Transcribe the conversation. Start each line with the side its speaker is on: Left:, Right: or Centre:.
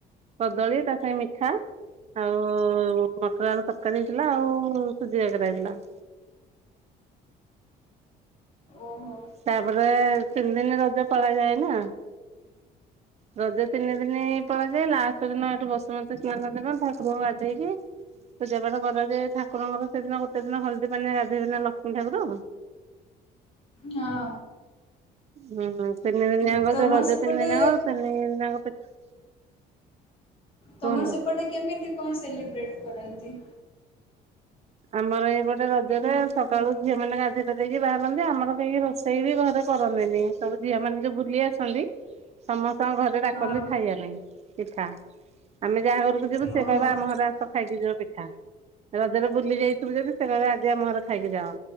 Right: କଦଳୀ ତା ସାଙ୍ଗେ ମିଠା। ଆଉ ମଟର ଆଳୁ ତରକାରୀ ହେଇଥିଲା, ଆଉ ସୁଜି କାକରା ହେଇଥିଲା।
Left: ଓହୋ।
Right: ତାପରେ
Left: ହଁ
Right: ତିନି ଦିନି ରଜ ପାଳା ଯାଏ ନା? ରଜ ତିନି ଦିନି ପଳାଯାଏ ଲାଷ୍ଟ ଦିନ ଏଠୁ ବସୁମତୀ ସ୍ନାନ ଦିନ ଠାକୁରଙ୍କୁ ଗାଥେଇକି ପୂଜା ପାଠ କରାଯାଏ ଠାକୁରଙ୍କର ସେଦିନ ଗୋଟେ ଦିନ ହଳଦୀ ପାଣିରେ ଗାଧେଇବେ ନା ଲକ୍ଷ୍ମୀ ଠାକୁର।
Left: ହଁ।
Right: ହୁଁ ହୁଁ ତିନି ଦିନିଜାଙ୍କ
Left: ତମର
Right: ଯୋଉ ରଜ
Left: ସେପଟେ
Right: ତିନି ଦିନିଆଙ୍କ ତିନି ଦିନିଆଙ୍କ ପିଠା
Left: ତମର
Right: କୁହନ୍ତୁ
Left: ସେପଟେ କେମିତି କଣ ସେଲିବ୍ରେଟ୍ କରନ୍ତି?
Right: ଆମର ଏଇପଟେ ରଜରେ ସକାଳୁ ଝିଅ ମାନେ ଗାଧେଇ ପାଧେଇ କି ବାହାରନ୍ତି। ଆମର କେହି ରୋ ସେଇ ବି ଘରେ କରନ୍ତିନି। ସବୁ ଝିଅ ମାନେ ଯୋଉ ବୁଲି ଆସନ୍ତି ସମସ୍ତଙ୍କ ଘରେ ଡାକନ୍ତି
Left: ହଁ
Right: ଖାଇଆ ପାଇଁ ପିଠା। ଆମେ ଯାହା ଘରୁ ଯିବୁ ସେ
Left: ଓହୋ
Right: କହିବ ଆମ ଘର ଆସ ଖାଇକି ଯିବ ପିଠା। ରଜରେ ବୁଲି ଯାଇଥିବୁ ଯଦି ସିଏ କହିବେ ଆଜି ଆମ ଘରେ ଖାଇକି ଯାଅ।